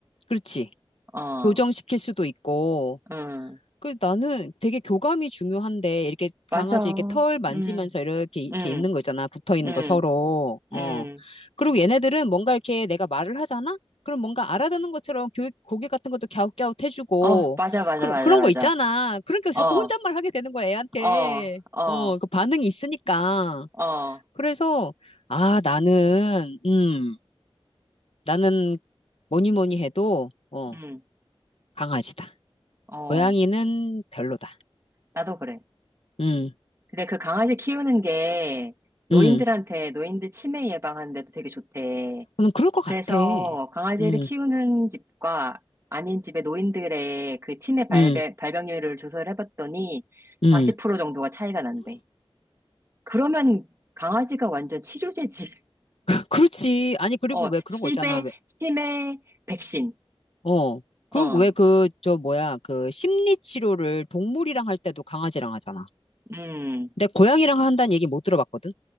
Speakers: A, on the left; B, on the right.
A: 그렇지.
B: 어,
A: 교정시킬 수도 있고,
B: 응.
A: 그 나는 되게 교감이 중요한데 이렇게
B: 맞아.
A: 강아지 이렇게 털 만지면서
B: 음,
A: 이렇게 이렇게
B: 음,
A: 있는 거 있잖아 붙어 있는
B: 음,
A: 거 서로 어
B: 음.
A: 그리고 얘네들은 뭔가 이렇게 내가 말을 하잖아 그럼 뭔가 알아듣는 것처럼 교육 고개 같은 것도 갸웃갸웃 해주고
B: 어, 맞아, 맞아,
A: 그런
B: 맞아,
A: 그런
B: 맞아.
A: 거 있잖아 그러니까 자꾸
B: 어,
A: 혼잣말 하게 되는 거야 애한테
B: 어, 어,
A: 어그 반응이 있으니까
B: 어,
A: 그래서 아 나는 음 나는 뭐니 뭐니 해도 어
B: 음,
A: 강아지다
B: 어.
A: 고양이는 별로다
B: 나도 그래.
A: 음
B: 근데 그 강아지 키우는 게 노인들한테,
A: 음.
B: 노인들 치매 예방하는데도 되게 좋대.
A: 저는 그럴 것 같아.
B: 그래서 강아지를
A: 음,
B: 키우는 집과 아닌 집의 노인들의 그 치매 발병,
A: 음,
B: 발병률을 조사를 해봤더니
A: 음.
B: 40% 정도가 차이가 난대. 그러면 강아지가 완전 치료제지.
A: 그렇지. 아니, 그리고
B: 어,
A: 왜 그런
B: 치매,
A: 거 있잖아. 왜,
B: 치매 백신.
A: 어. 그런,
B: 어,
A: 왜 그, 저, 뭐야, 그, 심리 치료를 동물이랑 할 때도 강아지랑 하잖아.
B: 음,
A: 근데 고양이랑 한다는 얘기 못 들어봤거든?